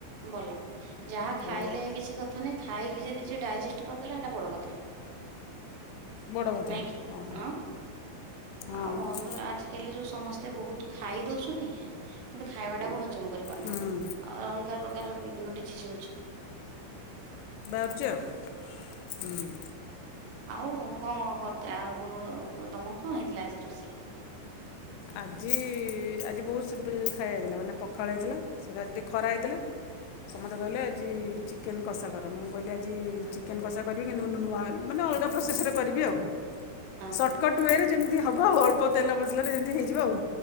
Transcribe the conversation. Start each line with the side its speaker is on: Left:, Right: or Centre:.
Right: ଭଲ ଯାହା
Left: ଆଉ
Right: ଖାଇଲେ କିଛି କଥା ନାହିଁ, ଖାଇକି ଯଦି ଯିଏ ଡାଇଜେଷ୍ଟ କରିଦେଲା ସେଟା ବଡ କଥା।
Left: ବଡ଼ କଥା
Right: ନାଇଁ କି?
Left: ହଁ
Right: ଅଁ,
Left: ହଁ
Right: ଆଉ ବନ୍ଦ ଆଜି କାଲି ଯୋଉ ସମସ୍ତେ ବହୁତୁ ଖାଇ ଦଉଛନ୍ତି କିନ୍ତୁ ଖାଇବାଟାକୁ ହଜମ କରିପାରୁନାହାନ୍ତି।
Left: ହୁଁ
Right: ଆ, ଅଲଗା ପ୍ରକାର ସେଠୁ ବିଭିନ୍ନ ଡିଜିଜ୍ ହଉଛି।
Left: ବାହାରୁଚି ଆଉ ହୁଁ,।
Right: ଆଉ କଣ କଣ ଖଟା ଆଗୁରୁ, ତୋମର କଣ ହେଇଥିଲା ଆଜି ରୋଷେଇ?
Left: ଆଜି ଆଜି ବହୁତ ସିମ୍ପୁଲ୍ ଖାଇବା ହେଇଥିଲା, ମାନେ ପଖାଳ ହେଇଥିଲା, ତୋତେ ଆଜି ଟିକେ ଖରା ହେଇଥିଲା। ସମସ୍ତେ କହିଲେ ଜି ଚିକେନ୍ କଷା କର, ମୁଁ କହିଲି ଆଜି ଚିକେନ୍ କଷା କରିବି କିନ୍ତୁ ନୂ-ନୂଆ ମାନେ ଅଲଗା ପ୍ରୋସେସ୍ ରେ କରିବି ଆଉ
Right: ହଁ
Left: ସଟ୍ କଟ୍ ୱେରେ ଯେମିତି ହବ ଅଳ୍ପ ତେଲ ମସଲା ରେ ଯେମିତି ହେଇଯିବ ଆଉ,